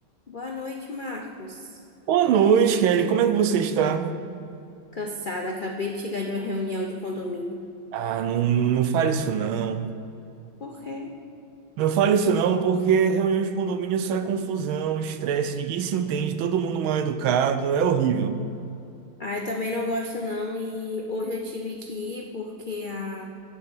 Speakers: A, on the left; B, on the right.
A: Boa noite, Marcos.
B: Boa noite, Kelly. Como é que você está?
A: Cansada, acabei de chegar de uma reunião de condomínio.
B: Ah, não, não, não fale isso não.
A: Por quê?
B: Não fale isso não, porque reunião de condomínio só é confusão, estresse, ninguém se entende, todo mundo mal educado, é horrível.
A: Ah, eu também não gosto não e hoje eu tive que ir porque a